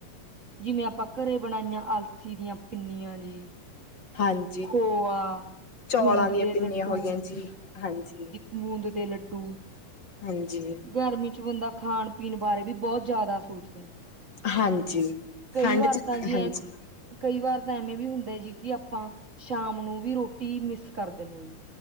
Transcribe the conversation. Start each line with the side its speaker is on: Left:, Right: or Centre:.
Right: ਜਿਵੇਂ ਆਪਾਂ ਘਰੇ ਬਣਾਈਆਂ ਆਲਸੀ ਦੀਆਂ ਪਿੰਨੀਆਂ ਜੀ।
Left: ਹਾਂਜੀ
Right: ਖੋਆ
Left: ਚੌਲਾਂ
Right: ਗੂੰਦ
Left: ਦੀਆਂ
Right: ਦੇ
Left: ਪਿੰਨੀਆਂ
Right: ਲੱਡੂ
Left: ਹੋ ਗਈਆਂ ਜੀ ਹਾਂਜੀ।
Right: ਮੂੰਦ ਦੇ ਲੱਡੂ।
Left: ਹਾਂਜੀ।
Right: ਗਰਮੀ ਚ ਬੰਦਾ, ਖਾਣ ਪੀਣ ਬਾਰੇ ਵੀ ਬਹੁਤ ਜ਼ਿਆਦਾ ਸੋਚਦਾ ਹੈ।
Left: ਹਾਂਜੀ,
Right: ਕਈ
Left: ਠੰਡ
Right: ਵਾਰ
Left: 'ਚ
Right: ਤਾਂ ਜੀ
Left: ਹਾਂਜੀ।
Right: ਐ ਕਈ ਵਾਰ ਤਾਂ ਐਵੇਂ ਵੀ ਹੁੰਦਾ ਜੀ ਕਿ ਆਪਾਂ ਸ਼ਾਮ ਨੂੰ ਵੀ ਰੋਟੀ ਮਿਸ ਕਰ ਦਿੰਦੇ ਹਾਂ ਜੀ।